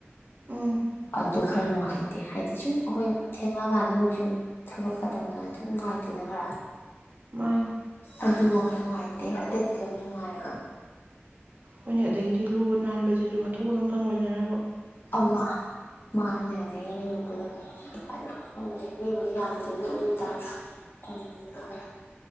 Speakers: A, on the right; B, on the left.
A: ꯎꯝ
B: ꯑꯗꯨ ꯈꯔ ꯅꯨꯡꯉꯥꯏꯇꯦ ꯍꯥꯏꯗꯤ ꯁꯨꯝ ꯑꯩꯈꯣꯏ ꯊꯦꯡꯉꯛꯑꯀꯥꯟꯗ ꯃꯣꯏꯁꯨ ꯊꯕꯛꯀ ꯇꯧꯅꯔ ꯀꯥꯟꯗ ꯑꯗꯨꯝ ꯅꯨꯡꯉꯥꯏꯇꯦꯅ ꯈꯔ
A: ꯃꯥꯅꯤ
B: ꯑꯗꯨꯃ ꯈꯔ ꯅꯨꯡꯉꯥꯏꯇꯦ ꯑꯇꯩꯗꯤ ꯑꯗꯨꯝ ꯅꯨꯡꯉꯥꯏꯔꯕ꯫
A: ꯍꯣꯏꯅꯦ ꯑꯗꯒꯤꯗꯤ ꯂꯨꯕ ꯅꯥꯟꯕꯁꯤꯁꯨ ꯃꯊꯣꯡ ꯃꯔꯝ ꯈꯪꯉꯣꯏꯗꯅꯕ꯫
B: ꯑꯃ ꯃꯥꯅꯦ ꯑꯗꯒꯤ ꯃꯤꯅ ꯄꯨꯜꯂꯝꯅꯤ ꯑꯩ ꯈꯪꯗꯦ ꯃꯤꯕꯨꯗꯤ ꯌꯥꯝꯗ꯭ꯦꯕꯨ ꯑꯗꯨ ꯑꯣꯏꯇꯥꯔꯁꯨ ꯇꯟꯕꯗꯣ ꯈꯔ꯫